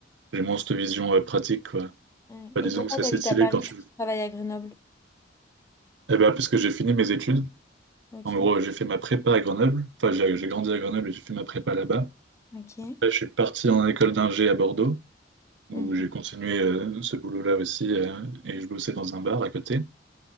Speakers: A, on the right (about 70°); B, on the left (about 15°).
A: j'ai moins cette vision, euh, pratique, quoi.
B: Ok.
A: Bah,
B: Et
A: disons
B: pourquoi
A: que c'est
B: tu
A: assez
B: habites
A: stylé
B: à Paris
A: quand tu,
B: si tu travailles à Grenoble?
A: Eh ben, puisque j'ai fini mes études,
B: Ok.
A: en gros, j'ai fait ma prépa à Grenoble. Enfin, j'ai j'ai grandi à Grenoble et j'ai fait ma prépa là-bas.
B: Ok.
A: Après, je suis parti en école d'ingé à Bordeaux, où
B: Mhm.
A: j'ai continué euh, ce boulot-là aussi, euh, et je bossais dans un bar à côté.